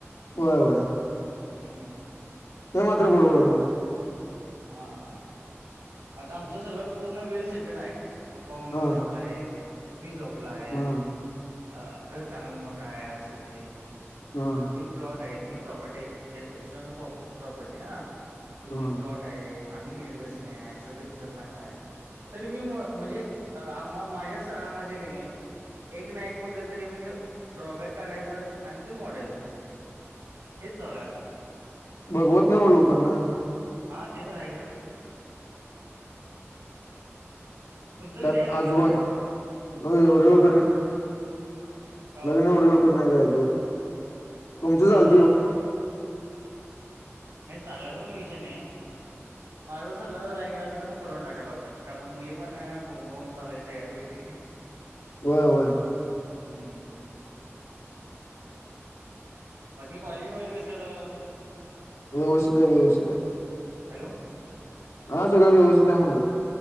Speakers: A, on the left; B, on the right.
A: होय वाय
B: हम्म
A: हे माात्र बरोब
B: म हा आता आमचं सगळं पूर्ण वेल सेटड आहे पप्पा मम्मी
A: हा
B: जॉबला आहेत मी जॉबला आहे
A: हा
B: अ घर चांगला मोठा आहे आरसेस
A: हा
B: दोन तीन प्लॉट आहे तु म्ही प्रॉपर्टी एक्सटर्नल प्रॉपर्टी हा दोन
A: हा
B: तीन प्लॉट ठ आम्ही निर्वेसणे आहे सगळं दिसाल चांगलं आहे तरी मी म्हणजे आ माझ्या स्थळामध्ये कणी एक ना एक कुठलं तरी म्हणजे ड्रॉबॅक काढायचं आणि ते मोडायचं हेच चालय आता
A: बघवत नाही लोकांना
B: हा ते तरर आहेगर तुमचं
A: त्यात
B: कधी आहे लग्नाचं
A: आजूबाज
B: काय
A: एवढ्या लवकर नाही
B: का हो
A: लग्न एवढ लोकर नाही करा तुमच
B: अ
A: चाल
B: नाही चालायचा पण विषय नाही माझा सल्ला जर ऐ गला तर मग करून टाका लवकर कारण मुली पण बोम बोम चालायच या गोष्टी ह
A: वय होय
B: हम्म बाकी कॉले वगैरेस काय झालं तमचं
A: व्यवस्थित आहे व्यवस्थित आहे
B: हॅलो
A: हा सगळं व्यवस्थित आहे म्हणलं